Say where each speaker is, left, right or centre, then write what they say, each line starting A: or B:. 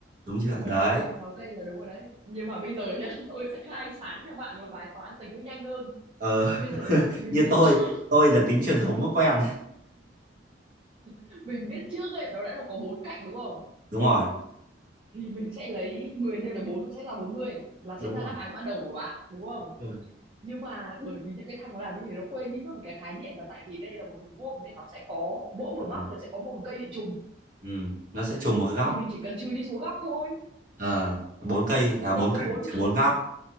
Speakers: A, on the right (about 50°); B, on the right (about 30°).
A: đúng chưa
B: đúng
A: đấy
B: rồi đấy ba mươi sáu cây là đúng rồi đấy nhưng mà bây giờ nhá tôi sẽ khai sáng cho bạn một bài toán tính nó nhanh hơn
A: ờ, <laughs>
B: bây giờ ấy mình
A: như
B: biết
A: tôi
B: trước
A: tôi là tính truyền thống của em
B: <laughs> mình biết trước ấy nó đã là có bốn cạnh đúng không
A: đúng rồi
B: thì mình sẽ lấy 10 nhân với bốn nó sẽ là bốn mươi là
A: đúng
B: sẽ ra
A: rồi
B: đáp án ban đầu của bạn đúng không
A: đúng Rồi.
B: nhưng mà bởi vì những cái thằng nó làm như thế nó quên đi mất một cái khái niệm là tại vì đây là một hình vuông nên nó sẽ có mỗi một
A: ừ.
B: góc là sẽ có một cây bị trùng
A: Ừ. nó sẽ trùng một cái góc
B: thì mình chỉ cần trừ đi số góc thôi
A: ờ, bốn cây à
B: đâu
A: bốn
B: có
A: cạnh
B: bốn
A: trừ bốn góc